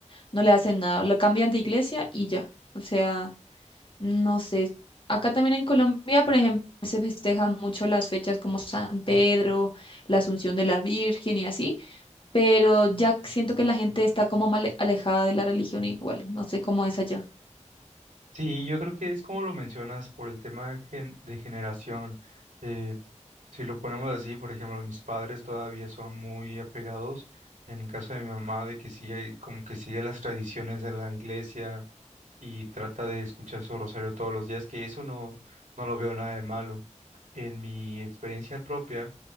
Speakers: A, on the left; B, on the right.
A: no le hacen nada, lo cambian de iglesia y ya. O sea... No sé, acá también en Colombia, por ejemplo, se festejan mucho las fechas como San Pedro, la Asunción de la Virgen y así, pero ya siento que la gente está como mal alejada de la religión igual, no sé cómo es allá.
B: Sí, yo creo que es como lo mencionas por el tema de, gen- de generación. Eh, si lo ponemos así, por ejemplo, mis padres todavía son muy apegados, en el caso de mi mamá, de que sí, hay- como que sigue las tradiciones de la iglesia y trata de escuchar su rosario todos los días, que eso no, no lo veo nada de malo. En mi experiencia propia,